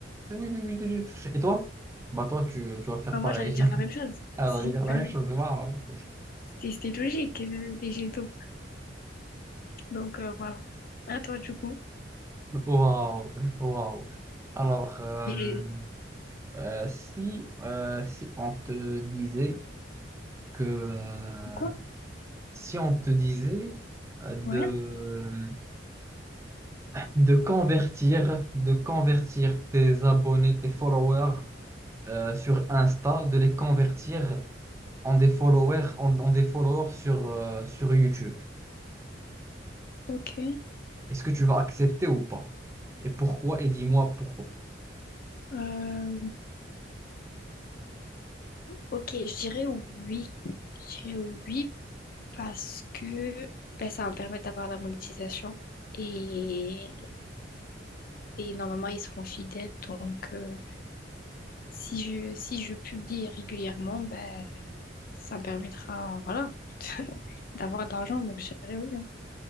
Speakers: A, on the right; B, on the left.
A: Oui, oui, oui. oui, oui. Et toi? Bah toi, tu, tu vas faire
B: Enfin,
A: pareil.
B: moi, j'allais dire la même
A: <laughs>
B: chose.
A: Alors,
B: Si,
A: il y a la
B: bah
A: même
B: oui.
A: chose, waouh.
B: C'était c'était logique, euh, les jets d'eau. Donc, euh, voilà. À toi, du coup.
A: Waouh, waouh. Alors, euh,
B: Et-
A: euh, si, euh, si on te disait que euh,
B: Quoi?
A: si on te disait euh, de,
B: Ouais.
A: de convertir, de convertir tes abonnés, tes followers euh, sur Insta, de les convertir en des followers, en, en des followers sur, euh, sur YouTube,
B: Ok.
A: est-ce que tu vas accepter ou pas? Et pourquoi? Et dis-moi pourquoi.
B: Euh, Ok, je dirais oui. Je dirais oui parce que ben, ça va me permettre d'avoir la monétisation. Et... et normalement, ils seront fidèles. Donc... euh, Si je, si je publie régulièrement, ben, ça me permettra, voilà, <laughs> d'avoir de l'argent. Donc, je dirais oui. hein.